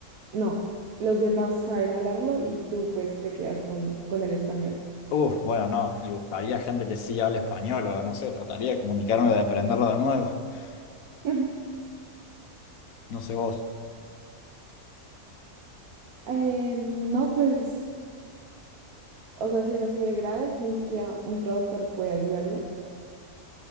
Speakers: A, on the right; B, on the left.
A: No, los demás saben hablarlo y tú pues te quedas con, con el español.
B: Uf, bueno, no, y buscaría gente que sí hable español o no sé, trataría de comunicarme, de aprenderlo de nuevo. <laughs>
A: <laughs>
B: No sé vos.
A: Eh, no, pues, o sea, si es así de grave que ni siquiera un traductor puede ayudarme,